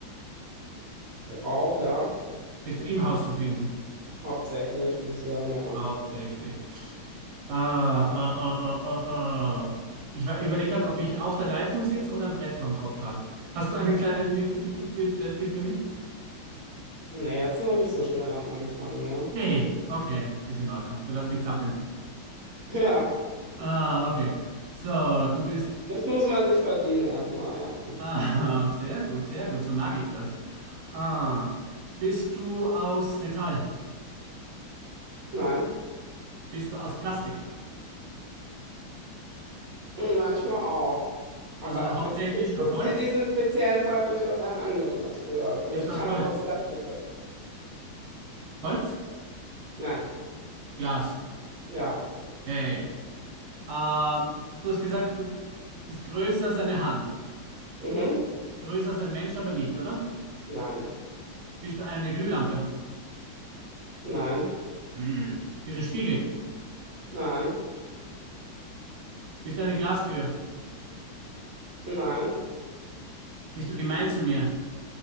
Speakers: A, on the right; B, on the right.
A: Äh, Auch, ja.
B: Bist du im Haus zu finden?
A: Hauptsächlich, würde ich sagen, ja.
B: Hauptsächlich. Ah, ah, ah, ah, ah. ah. Ich überlege gerade, ob ich auf der Leitung sitze oder ein Brett vorm Kopf habe. Hast du einen kleinen bitte, bitte, bitte Tipp für mich?
A: Na, jetzt noch nicht so schnell am Anfang, ne?
B: Nee, okay, ist in Ordnung. Du lässt mich zappeln.
A: <laughs> Ja.
B: Ah, okay. So, du bist.
A: Jetzt muss man sich verdienen erstmal, ja.
B: Ah, <laughs> sehr gut, sehr gut, so mag ich das. Ah, bist du aus Metall?
A: Nein.
B: Bist du aus Plastik?
A: Hm, Manchmal auch. Aber
B: Also hauptsächlich
A: in spez-
B: aus Holz?
A: in diesem speziellen Fall bin ich aus einem anderen Material. Aber
B: Bist
A: ich
B: du
A: kann
B: aus Holz?
A: auch aus Plastik sein.
B: Holz?
A: Nein.
B: Glas.
A: Ja.
B: Hey. Ähm, du hast gesagt, du bist größer als eine Hand.
A: Mhm.
B: Größer als ein Mensch, aber nicht, oder?
A: Nein.
B: Bist du eine Glühlampe?
A: Nein.
B: Mm. Bist du ein Spiegel?
A: Nein.
B: Bist du eine Glastür?
A: Nein.
B: Bist du gemein zu mir?